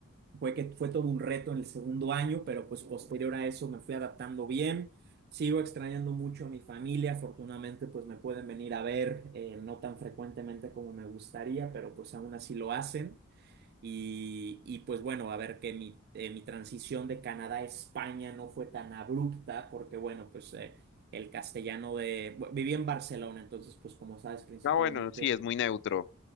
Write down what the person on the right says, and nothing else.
fue que fue todo un reto en el segundo año, pero pues posterior a eso me fui adaptando bien. Sigo extrañando mucho a mi familia, afortunadamente pues me pueden venir a ver, eh, no tan frecuentemente como me gustaría, pero pues aún así lo hacen. Y, y pues bueno, a ver que mi, eh, mi transición de Canadá a España no fue tan abrupta, porque bueno, pues eh, el castellano de... bu- Viví en Barcelona, entonces pues como sabes, principalmente